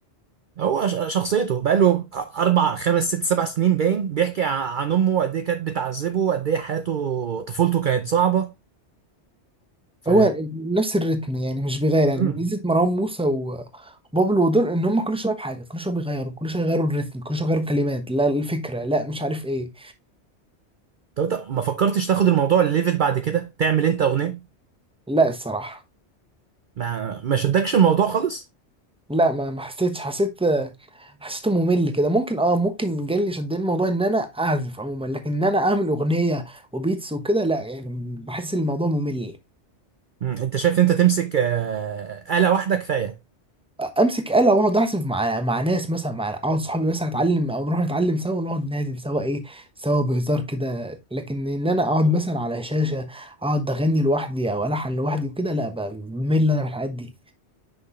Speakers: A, on the right (about 55°); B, in the centre.
A: هو ش- شخصيته بقاله اربع خمس ست سبع سنين باين بيحكي ع- عن امه قد ايه كانت بتعذبه قد ايه حياته طفولته كانت صعبه ف
B: هو نفس الريتم يعني مش بيغير يعني
A: مم.
B: ميزه مروان موسى و- وبابلو دول ان هم كل شويه بحاجه كل شويه بيغيروا كل شويه يغيروا الريتم كل شويه يغيروا الكلمات لا الفكره لا مش عارف ايه
A: طب انت ما فكرتش تاخد الموضوع الليفل بعد كده تعمل انت اغنيه
B: لا الصراحة
A: ما ما شدكش الموضوع خالص
B: لا ما ما حسيتش حسيت حسيته ممل كده ممكن اه ممكن جالي شدني الموضوع ان انا اعزف عموما لكن ان انا اعمل اغنية وبيتس وكده لا يعني بحس الموضوع ممل
A: مم. انت شايف انت تمسك آه، آلة واحده كفايه
B: امسك آلة واقعد اعزف مع مع ناس مثلا مع اقعد صحابي مثلا اتعلم او نروح نتعلم سوا ونقعد نعزف سوا ايه سوا بهزار كده لكن ان انا اقعد
A: آه.
B: مثلا على شاشة اقعد اغني لوحدي او الحن لوحدي وكده لا بمل انا من الحاجات دي